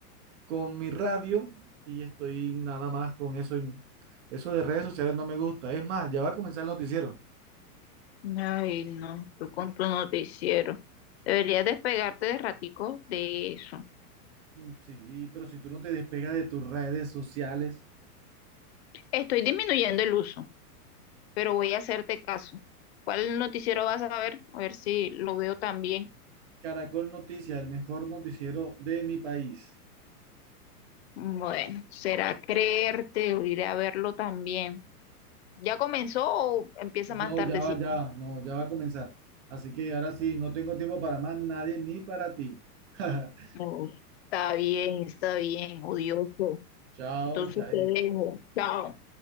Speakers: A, on the right; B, on the left.
A: con mi radio y estoy nada más con eso. y Eso de redes sociales no me gusta. Es más, ya va a comenzar el noticiero.
B: Ay, no, tú con tu noticiero. Deberías despegarte de ratico de eso.
A: Mm, Sí, pero si tú no te despegas de tus redes sociales,
B: Estoy disminuyendo el uso, pero voy a hacerte caso. ¿Cuál noticiero vas a ver? A ver si lo veo también.
A: Caracol Noticias, el mejor noticiero de mi país.
B: Bueno, será creerte, o iré a verlo también. ¿Ya comenzó o empieza más
A: No,
B: tardecito?
A: ya va, ya va, no, ya va a comenzar. Así que ahora sí, no tengo tiempo para más nadie ni para ti. <laughs>
B: No, está bien, está bien, odioso.
A: Chao,
B: Entonces
A: chaito.
B: te dejo. Chao.